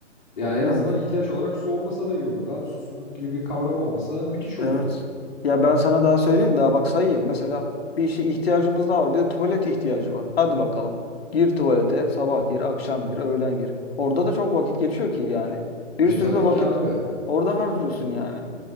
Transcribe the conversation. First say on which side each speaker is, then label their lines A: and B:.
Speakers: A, on the left (about 40°); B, on the left (about 55°).
A: yani en
B: Evet.
A: azından ihtiyaç olarak su olmasa da iyi olurdu abi. Susuzluk gibi bir kavram olmasa müthiş
B: Evet.
A: olurdu.
B: Ya ben sana daha söyleyeyim daha bak sayayım. Mesela bir işe ihtiyacımız daha var. Bir de tuvalet ihtiyacı var. Hadi bakalım. Gir tuvalete. Sabah gir, akşam gir, öğlen gir. Orada da çok vakit geçiyor ki yani. Bir
A: E
B: sürü
A: tabii
B: de vakit
A: ki abi.
B: orada harcıyorsun yani.